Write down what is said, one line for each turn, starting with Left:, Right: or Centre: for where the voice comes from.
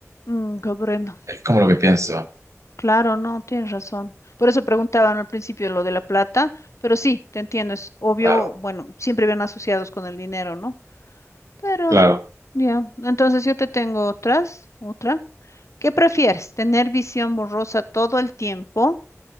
Left: Mm, comprendo.
Right: Es como lo que pienso.
Left: Claro, no, tienes razón. Por eso preguntaban al principio lo de la plata, pero sí, te entiendo, es obvio,
Right: Claro,
Left: bueno, siempre van asociados con el dinero, ¿no? Pero
Right: claro.
Left: Ya, Entonces yo te tengo otras, otra. ¿Qué prefieres? ¿Tener visión borrosa todo el tiempo